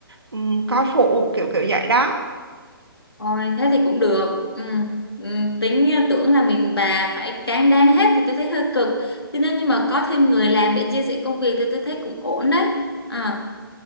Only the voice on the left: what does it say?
Ôi thế thì cũng được ừ. Ừ. Tính tưởng là mình bà phải cán đáng hết thì tôi thấy hơi cực Thế nên nhưng mà có thêm người làm để chia sẻ công việc thì tôi thấy cũng ổn đấy à.